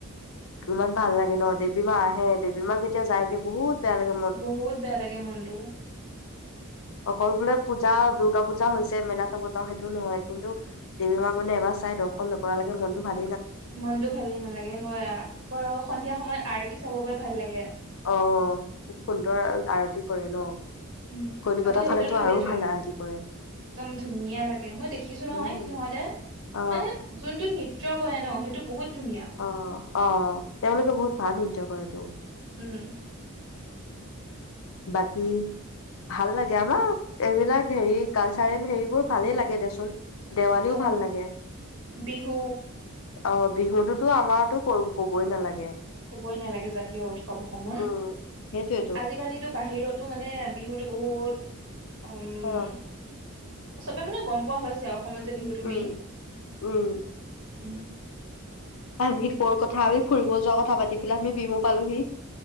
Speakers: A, on the left; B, on the right.
A: ইমান ভাল লাগে ন' দেৱী মা আহে দেৱী মা যেতিয়া যায়গে বহুত বেয়া লাগে
B: বহুত বেয়া লাগে মনটো।
A: অ'। সকলোলে পূজা দূৰ্গা পূজা হৈছে মেলা চাব যাওঁ সেইটোও নহয় কিন্তু দেৱী মা মানে এবাৰ চাই দৰ্শন নকৰা লকে মনতটো ভাল
B: মনটো ভালেই নালাগে হয় আক সন্ধিয়া সময়ত আৰ আৰতি চাব গৈ ভাল লাগে।
A: অ খুব সুন্দৰ আৰতি কৰে ন।
B: উম
A: কলিকতা
B: আকৌ সেইটোতো
A: ফালেতো
B: সেইটয়ে
A: আৰু ভাল আৰটি কৰে।
B: একদম ধুনীয়া লাগে মই দেখিছোঁ নহয়
A: উম,
B: সিহঁতে
A: অ
B: মানে যোনটো নৃত্য টোও হয় ন সেইটো বহুত ধুনীয়া
A: অ আহ তেওঁলোকে বহুত ভাল নৃত্য কৰে তো
B: উম
A: বাকী ভাল লাগে আমাক এইবিলাক হেৰি কালচাৰেল হেৰিবোৰ ভালেই লাগে দেচোন দেৱালীও
B: অ
A: ভাল লাগে
B: বিহু
A: অ বিহুটোতো আমাৰতো ক কবই নালাগে।
B: ক'বই নালাগে জাতীয় উৎসৱ অসমৰ
A: উম সেইটোয়েতো
B: আজিকালি কিন্তু বাহিৰতো মানে বিহুতো বহুত। উম
A: অ
B: চবে মানে গম পোৱা হৈছে আৰু অসমত। যে বিহুটো
A: উম
B: মেইন
A: উম
B: উম
A: আমি কৰ কথা আমি ফুৰিব যোৱা কথা পাতি পেলাই আমি বিহু পালোহি